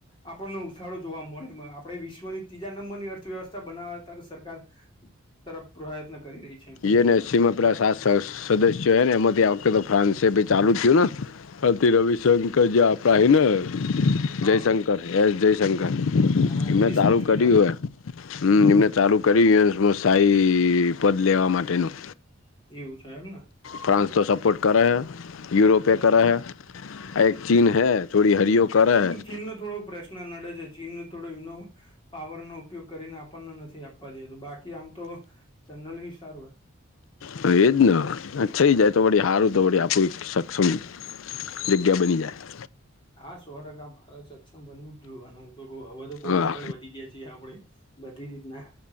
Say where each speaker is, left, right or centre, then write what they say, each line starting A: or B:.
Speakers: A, on the left (about 25°); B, on the left (about 75°).
A: આપણને ઉછાળો જોવા મળે, આપણેે વિશ્વની ત્રીજા નંબરની અર્થવ્યવસ્થા બનાવ ત્યારે સરકાર. તરફ પ્રયત્ન કરી રહી છે.
B: સીમાં પેલા સાત સદસ્યો છે, ને એમાંથી આ વખતે તો ફ્રાન્સ ચાલુ થયુંને. અતી રવિશંકર જે આપડા હૈ ને
A: હા
B: જય
A: હા
B: શંકર એસ જયશંકર
A: હા વિદેશ
B: મેં ચાલુ
A: મંત્રી
B: કર્યું
A: છે ને
B: હ હમ એમને ચાલુ કરી શહી પદ લેવા માટેનું
A: એવું છે એમને
B: ફ્રાન્સ તો સપોર્ટ કરે હય યુરોપે કરા
A: હમ
B: હૈ એક ચીન હૈ થોડી હરિયો કરા હૈ
A: ોકશન નડે છે ચીન થોડું એમનો પાવર નો ઉપયોગ કરીને આપણને નથી આપ આપવા દ બાકી આમ તો ચનલ સારું હ
B: હ એજ ને થઇ જાય તો વળી હારું તો વળી આપું સક્ષમ જગ્યા બની જાય
A: હા સો ટકા ફાર સક્ષમ બનવું જ જોયવાનું હું તો કઉ હવેજ તો બહુ
B: હા
A: આગળ વધી ગયા છીએ આપડણે બધી રીતના